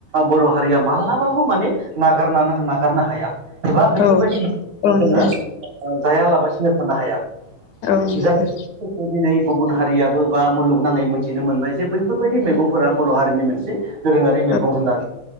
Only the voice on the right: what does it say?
बर' हारिआ मालाबाबो माने नागार नागारनो हाया एबा
बैफोरबायदि
जोङो ओ जायालाबासिनो थानो हाया
जाय दिनै गुबुन हारिआबो बा मुलुगनाङै मोनथिनो मोनबाय जे बै बेफोरबादि मैगंफोरा बर' हारिनि मोनसे दोरोंआरि
मैगं होननानै